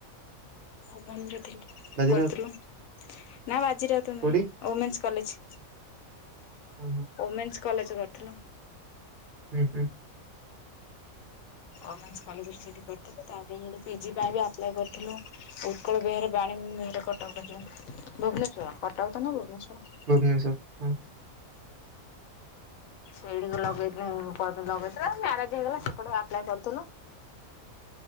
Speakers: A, on the left; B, on the right.
A: <inaudible>
B: ବାଜିରାଉତ
A: ନା ବାଜି ରାଉତୁ ନୁହେଁ
B: କୋଉଠି
A: ଓମେନ୍ସ କଲେଜ।
B: ହଁ ହଁ।
A: ଓମେନ୍ସ କଲେଜ କରିଥିଲୁ।
B: ହୁଁ ହୁଁ।
A: ଓମେନ୍ସେ କଲେଜ୍ ସେଠି କରିଥିଲୁ ତାପରେ ପିଜି ପାଇଁ ଅପ୍ପଳୟ କରିଥିଲୁ। ଉତ୍କଳ ବିହର ବାଣୀ ବିହାରା କଟକରେ ଯୋ ଭୁବନେଶ୍ୱର କଟକ ତ ନୁହେଁ ଭୁବନେଶ୍ୱର।
B: ଭୁବନେଶ୍ୱଵର ହଁ।
A: ସେଇଠି ଲଗେଇ ଲଗେଇଥିଲ ମ୍ୟାରେଜ ହେଇଗଲା ସେପଟେ ଆପ୍ଲାଏ କରିଥିଲୁ।